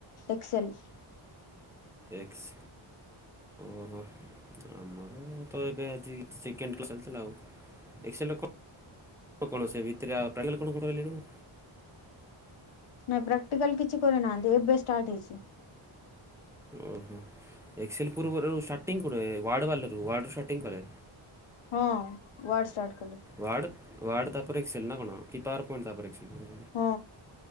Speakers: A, on the left; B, in the centre.
A: ଏକ୍ସଲ୍।
B: ଏକ୍ସ ଓହୋ ଆମରତ ଏବେ ଆଜି ସେକେଣ୍ଡ କ୍ଲାସ୍ ଚାଲିଥିଲା ଆଉ। ଏସ୍କଲ୍ କଣ ସେ ଭିତେରେ କଣ କଣହିଲଣି ମୁଁ
A: ନାଇଁ ପ୍ରାକ୍ଟିକାଲ କିଛି କରିନାହାନ୍ତି ଏବେ ଷ୍ଟାର୍ଟ ହେଇଚି।
B: ଓହୋ ଏକ୍ସେଲ୍ ପୂର୍ବରୁ ଷ୍ଟାର୍ଟିଂ କୁଡ଼େ ୱାର୍ଡ଼ ବାଲରୁ ୱାର୍ଡ଼ରୁ ଷ୍ଟାର୍ଟିଂ କରେ?
A: ହଁ ୱାର୍ଟାସାର୍ଟ
B: ଡ଼ୱଡ଼ ତାପରେ ଏକ୍ସଲ୍ ନାକଣ କି ପାୱାର ପଣ୍ଟ ତାପରେ ଏସ୍କଲ୍
A: ହଁ